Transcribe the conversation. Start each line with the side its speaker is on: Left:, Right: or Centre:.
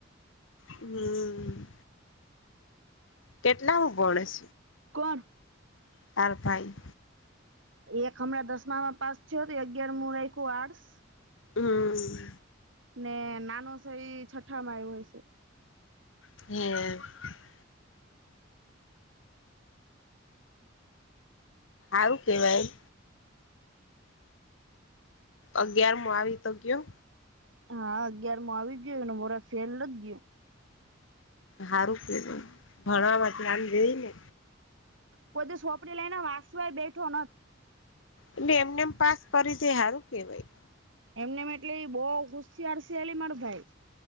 Left: હમ્મ. કેટલા મુ ભણેસ
Right: કોણ
Left: તાર ભાઈ
Right: એક હમણાં દસમામાં પાસ થયો તો અગિયાર મુું રાયખું આર્ટસ.
Left: હમ્મ.
Right: ને નાનું થઈ છઠ્ઠા મા આયો હશે.
Left: <unintelligible> આવું કેવાય અગિયાર મો આવી તો ગ્યો.
Right: હા અગિયાર મો આવી ગ્યો એનું વરહ ફેલ નથ ગયું.
Left: હારું કે ભણવા ધ્યાન દે ને.
Right: કોઈ દી સોંપડી લઈ ને વાસવાય બેઠો નથ.
Left: એટલે એમને એમ પાસ કરી છે હારું કેવાય.
Right: એમને એટલી બહ હુશિયાર છે અલી માર ભાઈ.